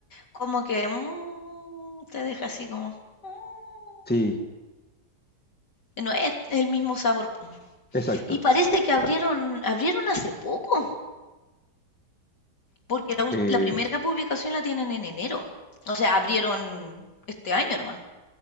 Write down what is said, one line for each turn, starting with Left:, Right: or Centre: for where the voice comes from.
Left: como que mm, te deja así como... mm,
Centre: Sí.
Left: no es el mismo sabor.
Centre: Exacto.
Left: Y parece que abrieron, abrieron hace poco, porque la, ult-
Centre: Eh,
Left: la primera publicación la tienen en enero. O sea, abrieron este año nomás.